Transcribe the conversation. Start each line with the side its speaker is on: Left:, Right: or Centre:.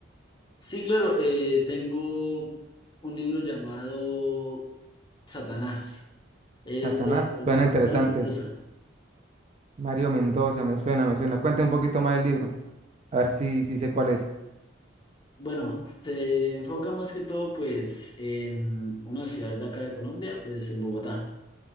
Left: Sí, claro, eh, tengo un libro llamado Satanás. Es
Right: Satanás,
Left: de autor
Right: suena interesante.
Left: Mario Mendoza.
Right: Mario Mendoza, me suena, me suena. Cuéntame un poquito más del libro, a ver si, si sé cuál es.
Left: Bueno, se enfoca más que todo pues en una ciudad de acá de Colombia, pues en Bogotá.